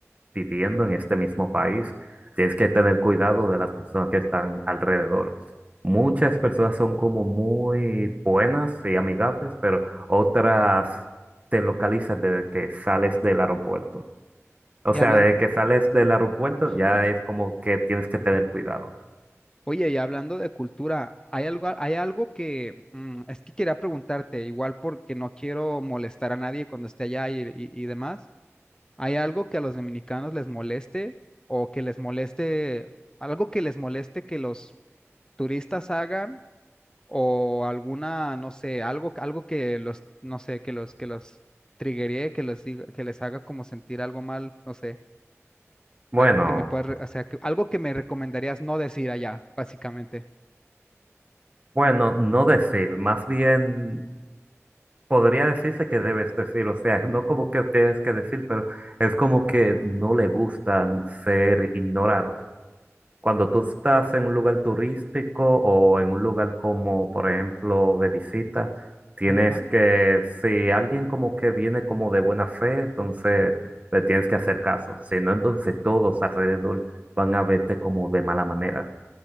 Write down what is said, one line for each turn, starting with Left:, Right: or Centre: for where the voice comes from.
Right: viviendo en este mismo país, tienes que tener cuidado de las personas que están alrededor. Muchas personas son como muy buenas y amigables, pero otras te localizan desde que sales del aeropuerto. O
Left: Y
Right: sea,
Left: hablan,
Right: desde que sales del aeropuerto
Left: Ajá.
Right: ya es como que tienes que tener cuidado.
Left: Oye, y hablando de cultura, hay algo, hay algo que mm, es que quería preguntarte, igual porque no quiero molestar a nadie cuando esté allá y, y- y demás. ¿Hay algo que a los dominicanos les moleste o que les moleste, algo que les moleste que los turistas hagan o alguna, no sé, algo, algo que los, no sé, que los, que los triggeree, que los diga- que les haga como sentir algo mal, no sé,
Right: Bueno,
Left: algo que me pueda, re- o sea, que- algo que me recomendarías no decir allá, básicamente.
Right: bueno, no decir, más bien podría decirse que debes decir, o sea, <laughs> no como que tienes que decir, pero es como que no le gustan ser ignorados. Cuando tú estás en un lugar turístico o en un lugar como, por ejemplo, de visita, tienes
Left: Ajá.
Right: que, si alguien como que viene como de buena fe, entonces le tienes que hacer caso. Si no, entonces todos alrededor van a verte como de mala manera.